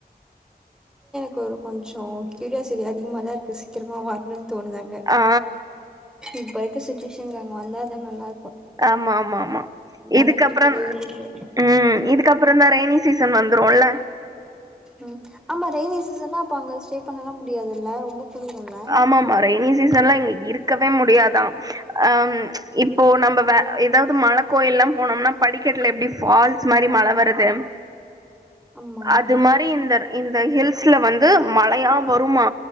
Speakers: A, in the centre; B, on the right.
A: கோரு கொஞ்சோ கியூரியாசிட்டி அதிகமா தா இருக்கு சீக்கிரமா வ வாங்கன் தோணுதங்க
B: ஆ
A: இப்ப இருக்க சுச்சுவேஷன்க் அங்க வந்தா தா நல்லா இருக்
B: ஆமா ஆமா ஆமா இதுக்கப்புறம்
A: அளவுக்கு இருக்கு வெயில் இங்க
B: உம் இதுக்கப்ரோ தா ரெய்னி சீசன் வந்துருல்ல
A: உம் ஆமா ரெய்னி சீசன்னாப் பாங்கல் ஸ்டே பண்ணலா முடியாதுல்ல ரொம்ப குலுருல்ல
B: ஆமாமா ரெய்னி சீசன்ல இங்க இருக்கவே முடியாதாம் அ இப்போ நம்ப வே ஏதாவது மல கோயிலா போனம்னா படிக்கட்டுல எப்டி ஃபால்ஸ் மாரி மழை வருது
A: ஆமா
B: அது மாரி இந்தர் இந்த ஹில்ஸ்ல வந் து மழையா வருமா